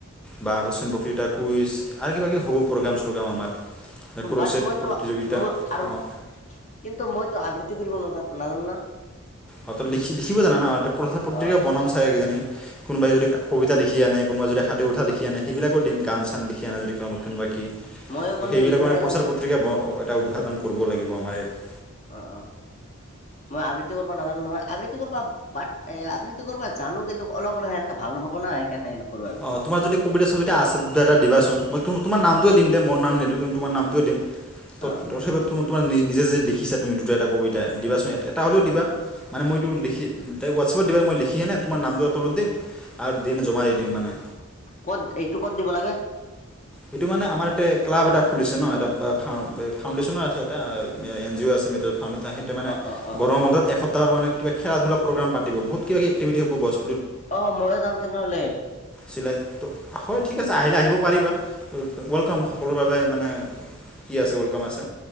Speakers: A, in the centre; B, on the left.
A: বা আকস্মিক বক ক্তৃতা, কুইজ আৰু কিবাকিবি হ'ব প্ৰগ্ৰাম চগ্ৰাম আমাৰ। ক্ৰচেট
B: বাট মইতো
A: প্ৰতিযোগিতা
B: মোৰ আৰু
A: অঁ
B: কিন্তু মইতো আবৃত্তি কৰিব নাজানো না।
A: অ ত লখি লিখিব জানা না আৰু টো প্ৰচাৰ পত্ৰিকা
B: অ
A: বনাম চাগে কিজানি। কোনোবাই যদি কবিতা লিখি আনে, কোনোবাই যদি সাধু কথা লিখি আনে, সেইবিলাকো দিম গান চান লিখি আনে যদি কোনোবা কোনোবাই কি
B: মই অকল
A: ত' সেইবিলাকৰ
B: সেই লিখবাহে
A: প্ৰচাৰ
B: জানো
A: পত্ৰিকা এটা উদ্ঘাটন কৰিব লাগিব আমাৰ ইয়াত।
B: অ অ মই আবৃত্তি কৰিব নাজানো নহয়, আবৃত্তি কৰবা বাট এ আবৃত্তি কৰবা জানো কিন্তু অলপ অলপ সেনেকে ভাল হ'ব না সেইকাৰণে নকৰো আৰু
A: অ তোমাৰ যদি কবিতা ছবিতা আছে এটা দিবাচোন মই তোমাৰ নামটোৱে দিম দে মোৰ নাম নি তোমাৰ নামটোৱে দিম,
B: অ
A: তথাপি তোমাৰ নিজে যে লিখিছা তুমি দুটা এটা কবিতা দিবা এটা হ'লেও দিবা মানে মইটো লিখি ত হোৱাটছআপত দিবা মই লিখিহেনে তোমাৰ নামটো তলত দিম আৰু দিনে জমা দি দিম মানে।
B: ক'ত এইটো ক'ত দিব লাগে?
A: এইটো মানে আমাৰ এটা ক্লাব এটা খুলিছে ন এটা ফাউণ্ডেশ্যনৰ আছে এটা এন জি অ' আছে এইটো ফাউণ্ডেশ্য তাহহঁ মানে
B: অ অ অ
A: গৰম বন্ধত এক এপ্তাহৰ মানে কিবা খেলা ধূল প্ৰগ্ৰেম পাতিব, বহুত কিবা কিবি এক্টিভিতী হব গছ
B: অ ময়ো যাম তেনেহ'লে।
A: চিলাই তো, হয় ঠিক আছে আহিলে আহিব পাৰিবা। ত' ৱেলকাম সকলোৰে বাবে মানে কি আছে ৱেলকাম আছে।